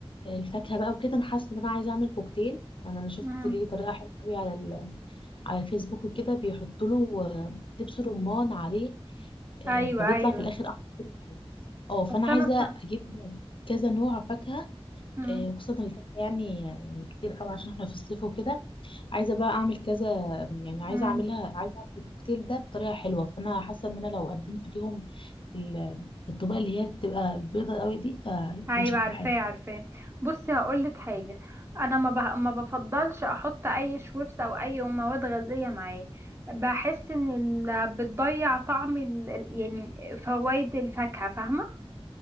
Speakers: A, on the left (about 55°); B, on the right (about 25°).
A: الفاكهه بقى وكده انا حاسه ان انا عايزه اعمل كوكتيل يعني انا شفت
B: امم
A: ليه طريقه حلوه قوي على ال... على الفيسبوك وكده بيحطوا له آه، دبس رمان عليه آه،
B: ايوه
A: فبيطلع
B: ايوه
A: في الاخر احمر كده حلو اه فانا
B: بس
A: عايزه
B: انا ص...
A: اجيب كذا نوع فاكهه
B: امم
A: آه، وخصوصا الفاكهه يعني يعني كتير قوي عشان احنا في الصيف وكده عايزه بقى اعمل كذا يعني عايزه
B: امم
A: اعملها عايزه اعمل الكوكتيل ده بطريقه حلوه فانا حاسه ان انا لو قدمت ليهم في ال- في الطبقه اللي هي بتبقى البيضه قوي دي فيكون
B: ايوه
A: شكله
B: عارفاه
A: حلو
B: عارفاه بصي هقولك حاجة انا ما ب... ما بفضلش احط اي شويبس او اي مواد غازية معاه بحس ان ال... بتضيع طعم ال... ال- يعني فوائد الفاكهة فاهمة